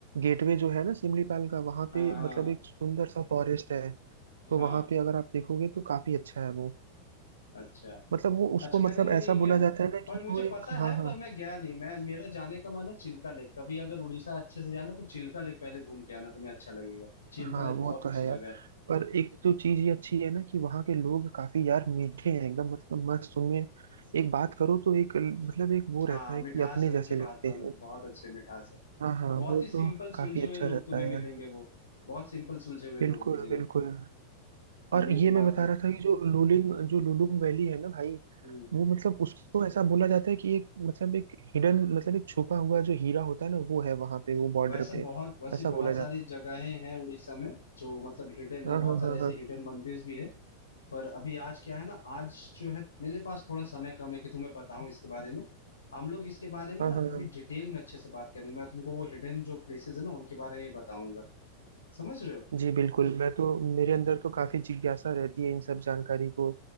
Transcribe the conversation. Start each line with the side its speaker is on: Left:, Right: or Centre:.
Right: गेटवे जो है ना सिमलीपाल का वहां
Left: हाँ
Right: पे
Left: हाँ
Right: मतलब
Left: हाँ
Right: एक सुंदर सा फॉरेस्ट है तो
Left: हाँ
Right: वहां पे अगर आप देखोगे तो काफी अच्छा है वो
Left: अच्छा
Right: मतलब वो उसको
Left: अच्छा मैंने
Right: मतलब
Left: वो नहीं
Right: ऐसा
Left: गया
Right: बोला जाता है ना
Left: पर
Right: कि
Left: मुझे
Right: वो एक
Left: पता
Right: हाँ
Left: है
Right: हाँ
Left: पर मैं गया नहीं मैं मेरा जाने का मन है चिल्का लेक कभी अगर उड़ीसा अच्छे से जाना तो चिल्का लेक पहले घूम के आना तुम्हें अच्छा लगेगा चिल्का
Right: हाँ
Left: लेक
Right: वो
Left: बहुत
Right: तो
Left: अच्छी
Right: है यार
Left: जगह है
Right: पर एक तो चीज ये अच्छी है ना कि वहाँ के लोग काफी यार मीठे हैं एकदम मतलब मस्त उनमें एक बात करो तो एक मतलब एक वो रहता
Left: हाँ
Right: है
Left: मिठास
Right: कि अपने
Left: है उनकी
Right: जैसे
Left: भाषा
Right: लगते
Left: में
Right: हैं
Left: बहुत अच्छे मिठास है
Right: हाँ हाँ
Left: और बहुत
Right: वो
Left: ही सिंपल
Right: तो काफी
Left: सुलझे हुए
Right: अच्छा
Left: लोग
Right: रहता
Left: तुम्हें
Right: है
Left: मिलेंगे
Right: यार
Left: वो बहुत सिंपल सुलझे हुए
Right: बिल्कुल
Left: लोग मिलेंगे
Right: बिल्कुल
Left: तो
Right: और
Left: ये
Right: ये
Left: तो बात
Right: मैं बता
Left: है
Right: रहा था कि जो लुलिंग जो लुलुंग वैली है ना भाई
Left: हम्म
Right: वो मतलब उसको ऐसा बोला जाता है कि एक मतलब एक हिडन मतलब एक छुपा हुआ जो हीरा होता है ना वो है वहां पे वो बॉर्डर
Left: वैसा
Right: पे
Left: बहुत वैसे
Right: ऐसा
Left: बहुत
Right: बोला
Left: सारी
Right: जाता
Left: जगहें हैं उड़ीसा में जो मतलब हिडन है
Right: है हाँ
Left: बहुत
Right: हाँ
Left: सारे
Right: हाँ
Left: ऐसे
Right: हाँ
Left: हिडन मंदिर भी है पर अभी आज क्या है ना आज जो है मेरे पास थोड़ा समय कम है कि तुम्हें बताऊं इसके बारे में हम लोग इसके बारे में
Right: हाँ
Left: ना
Right: हाँ
Left: कभी
Right: हाँ।
Left: डिटेल में अच्छे से बात करेंगे मैं तुमको वो हिडन जो प्लेसेस है ना उनके बारे में बताऊंगा समझ रहे हो
Right: जी बिल्कुल मैं तो मेरे अंदर तो काफी जिज्ञासा रहती है इन सब जानकारी को